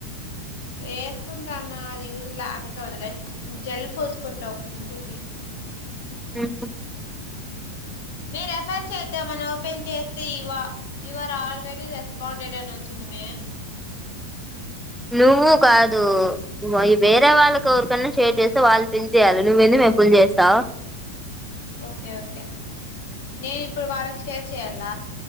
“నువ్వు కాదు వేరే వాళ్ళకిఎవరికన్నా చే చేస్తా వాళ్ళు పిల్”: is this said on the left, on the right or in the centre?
Centre